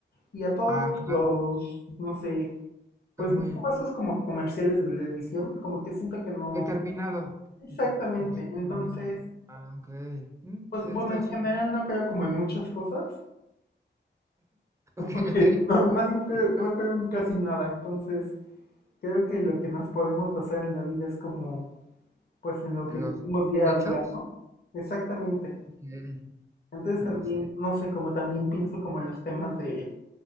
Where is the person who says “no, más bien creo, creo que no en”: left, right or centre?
Left